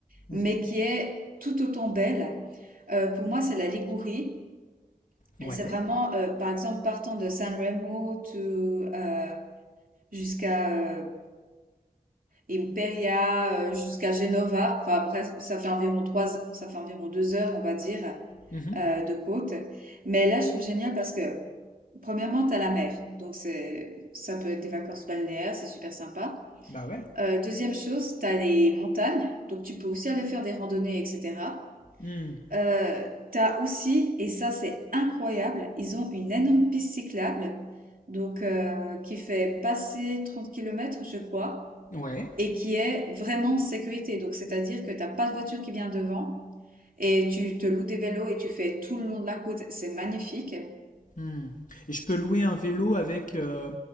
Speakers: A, on the left; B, on the right.
A: Mhm.
B: mais qui est tout autant belle. Euh, pour moi, c'est la Ligurie.
A: Ouais.
B: Et c'est vraiment, euh, par exemple, partant de San Remo to, euh, jusqu'à euh, Imperia, euh, jusqu'à Genova. Enfin, bref, ça fait environ trois, ça fait environ deux heures, on va dire,
A: Mhm.
B: euh, de côte. Mais là, je trouve génial parce que, premièrement, t'as la mer. Donc, c'est, ça peut être des vacances balnéaires, c'est super sympa.
A: Bah ouais.
B: Euh, deuxième chose, t'as les montagnes. Donc, tu peux aussi aller faire des randonnées, etc.
A: Hmm.
B: Euh, t'as aussi, et ça c'est incroyable, ils ont une énorme piste cyclable, donc euh, qui fait passer 30 kilomètres je crois,
A: Ouais.
B: et qui est vraiment en sécurité. Donc c'est-à-dire que t'as pas de voiture qui vient devant, et tu te loues des vélos et tu fais tout le long de la côte, c'est magnifique.
A: Hmm. Et je peux louer un vélo avec euh,